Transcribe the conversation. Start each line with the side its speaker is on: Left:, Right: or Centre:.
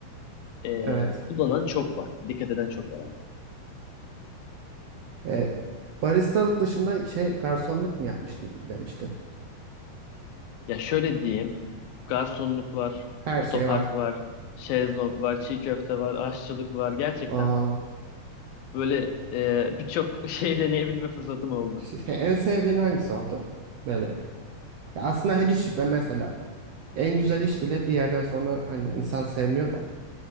Left: e,
Right: Evet.
Left: kullanan çok var. Dikkat eden çok var abi.
Right: E, baristalık dışında şey garsonluk mu yapmıştım demiştin.
Left: Ya şöyle diyeyim garsonluk var,
Right: Her
Left: otopark
Right: şey var.
Left: var, şezlong var, çiğ köfte var, aşçılık var gerçekten
Right: Aa,
Left: Böyle e, birçok <laughs> şey deneyebilme fırsatım oldu.
Right: şey, en sevdiğin hangisi oldu? Böyle. Ya aslında her iş be mesela en güzel iş bile bir yerden sonra hani insan sevmiyor da.